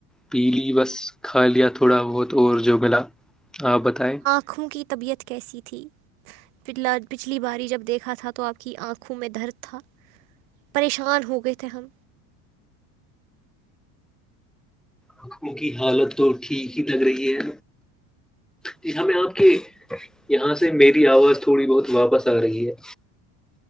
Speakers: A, in the centre; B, on the right.
A: پیلی وس کھا لیا تھوڑا بہت اور جو ملا آپ بتائیں
B: آکھوں کی طبیعت کیسی تھی پلا پچھلی باری جب دیکھا تھا تو آپ کی آنکھوں میں درد تھا پریشان ہو گئے تھے ہم
A: آنکھوں کی حالت تو ٹھیک ہی لگ رہی ہے جی ہمیں آپ کہ یہاں سے میری آواز تھوڑی بہت واپس آ رہی ہے